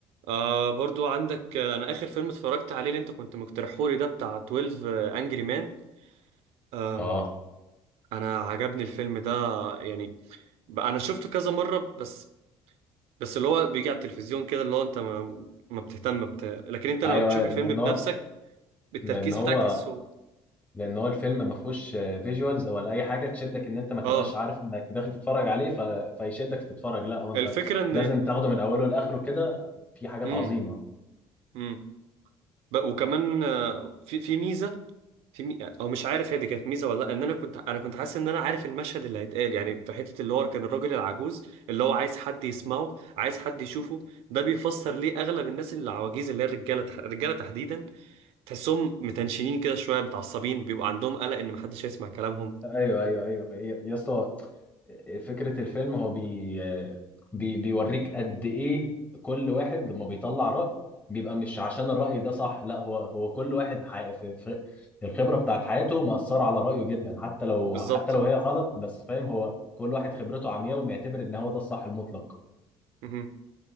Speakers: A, on the right; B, on the left.
A: آه برضو عندك آه، انا اخر فيلم اتفرجت عليه اللي انت كنت مقترحهولي ده بتاع 12 انجري مان أم،
B: اه
A: انا عجبني الفيلم ده يعني بقى انا شفته كذا مرة بس بس اللي هو بيجي على التلفزيون كده اللي هو انت ما ما بتهتم بت... لكن انت لما
B: ايوه
A: بتشوف
B: أيوه،
A: الفيلم
B: لان
A: بنفسك
B: هو
A: بالتركيز
B: لان هو
A: بتاعك تحسه
B: لان هو الفيلم ما فيهوش فيجوالز ولا اي حاجه تشدك ان انت ما تبقاش
A: اه
B: عارف انك داخل تتفرج عليه ف... فيشدك تتفرج لا هو انت
A: الفكرة ان
B: لازم تاخده من اوله لاخره كده في حاجات
A: امم
B: عظيمه
A: امم ب... وكمان آه، في في ميزة في مي... او مش عارف هي دي كانت ميزة ولا لا ان انا كنت انا كنت حاسس ان انا عارف المشهد اللي هيتقال يعني في حتة اللي هو كان الراجل العجوز اللي هو عايز حد يسمعه عايز حد يشوفه ده بيفسر ليه اغلب الناس اللي العواجيز اللي هي الرجالة تح... الرجالة تحديدا تحسهم متنشنين كده شوية متعصبين بيبقى عندهم قلق ان محدش هيسمع كلامهم
B: ايوه ايوه ايوه يا يا اسطى فكرة الفيلم هو بي بي بيوريك قد إيه كل واحد لما بيطلع رأي بيبقى مش عشان الرأي ده صح لا هو هو كل واحد حي... في... في الخبرة بتاعت حياته مأثرة على رأيه جدا حتى لو
A: بالظبط
B: حتى لو هي غلط بس فاهم هو كل واحد خبرته عمياء ومعتبر إن هو ده الصح المطلق
A: مهم.